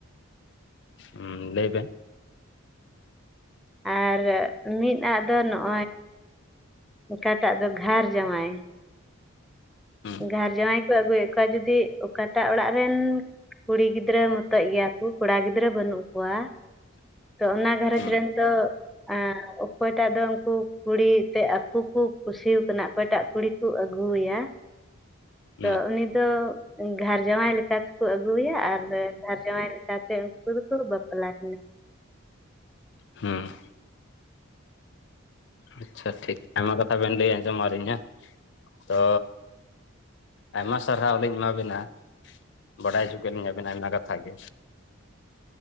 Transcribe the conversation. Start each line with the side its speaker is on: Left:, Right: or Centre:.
Left: ᱦᱮᱸ ᱞᱟᱹᱭ ᱵᱤᱱ
Centre: ᱟᱨ ᱢᱤᱫ ᱟᱜ ᱫᱚ ᱱᱚᱜ ᱚᱠᱟᱴᱟᱜ ᱫᱚ ᱜᱷᱟᱨ ᱡᱟᱶᱟᱭ
Left: ᱦᱩᱸ
Centre: ᱜᱷᱟᱨ ᱡᱟᱶᱟᱭ ᱠᱚ ᱟᱹᱜᱩᱭᱮᱫ ᱠᱚᱣᱟ ᱡᱫᱤ ᱚᱠᱟᱴᱟᱜ ᱚᱲᱟᱜ ᱨᱮᱱ ᱠᱩᱲᱤ ᱜᱤᱫᱽᱨᱟᱹ ᱢᱚᱛᱚᱡ ᱜᱮᱭᱟ ᱠᱚ ᱠᱚᱲᱟ ᱜᱤᱫᱽᱨᱟᱹ ᱵᱟᱹᱱᱩᱜ ᱠᱚᱣᱟ ᱛᱚ ᱚᱱᱟ ᱜᱷᱟᱨᱚᱸᱧᱡᱽ
Left: ᱦᱩᱸ
Centre: ᱨᱮᱱ ᱫᱚ ᱟᱨ ᱚᱠᱚᱭᱴᱟᱜ ᱫᱚ ᱩᱱᱠᱩ ᱠᱩᱲᱤ ᱛᱮ ᱟᱠᱚ ᱠᱩ ᱠᱩᱥᱤᱣᱟᱠ ᱚᱠᱚᱭᱴᱟᱜ ᱠᱩᱲᱤ ᱠᱚ ᱟᱹᱜᱩᱭᱟ
Left: ᱦᱩᱸ
Centre: ᱛᱚ ᱩᱱᱤ ᱫᱚ ᱜᱷᱟᱨ ᱡᱟᱶᱟᱭ ᱛᱮᱠᱚ ᱟᱹᱜᱩᱭᱟ ᱟᱨ ᱜᱷᱟᱨ ᱡᱟᱶᱟᱭ ᱞᱮᱠᱟᱛᱮ ᱠᱚ ᱠᱚ ᱵᱟᱯᱞᱟᱟᱜ
Left: ᱦᱮᱸ ᱟᱪᱪᱷᱟ ᱴᱷᱤᱠ ᱟᱭᱢᱟ ᱠᱟᱛᱷᱟ ᱵᱮᱱ ᱞᱟᱹᱭ ᱟᱸᱡᱚᱢᱟᱜ ᱞᱤᱧᱟ ᱛᱚ ᱟᱭᱢᱟ ᱥᱟᱨᱦᱟᱣ ᱞᱤᱧ ᱮᱢᱟ ᱵᱤᱱᱟ ᱵᱟᱰᱟᱭ ᱦᱚᱪᱚ ᱠᱮᱫ ᱞᱤᱧᱟᱵᱤᱱ ᱟᱭᱢᱟ ᱠᱟᱛᱷᱟ ᱜᱮ